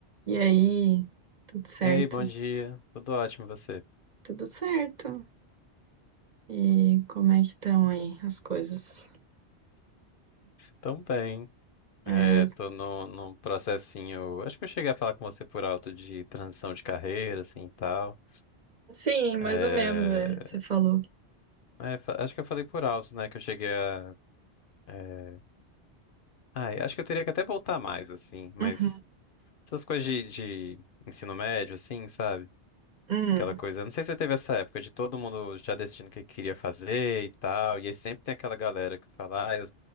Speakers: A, on the right (about 40°); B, on the left (about 55°).
A: E aí, tudo certo?
B: Ei, bom dia. Tudo ótimo, e você?
A: Tudo certo. E como é que estão aí as coisas?
B: Tão bem. É,
A: É,
B: tô no, num processinho. Acho que eu cheguei a falar com você por alto de transição de carreira, assim e tal.
A: sim, mais
B: É,
A: ou menos, é, você falou.
B: é, fa- acho que eu falei por alto, né? Que eu cheguei a. é, Ai, acho que eu teria que até voltar mais, assim. Mas
A: Uhum.
B: essas coisas de, de ensino médio, assim, sabe?
A: Hum.
B: Aquela coisa. Não sei se você teve essa época de todo mundo já decidindo o que queria fazer e tal. E aí sempre tem aquela galera que fala, ah, eu